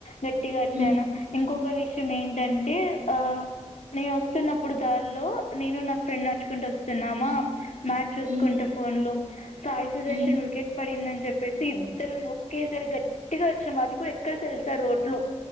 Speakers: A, on the left; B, on the right.
A: గట్టిగా అరిచాను
B: హ్మ్.
A: ఇంకొక విషయం విషయం ఏంటంటే ఆ నేను వస్తున్నప్పుడు దారీ లో నేను నా ఫ్రెండ్ నడుచుకుంటూ వస్తు వస్తున్నామా మ్యాచ్ చూసుకుంటా
B: హ్మ్.
A: ఫోన్ లో సాయి సుదర్శన్
B: హ్మ్.
A: వికెట్ పడిందని చెప్పేసి ఇద్దరం ఒకేసారి గట్టిగా అరిచాం అది కూడా ఎక్కడ తెలు సా రోడ్ లో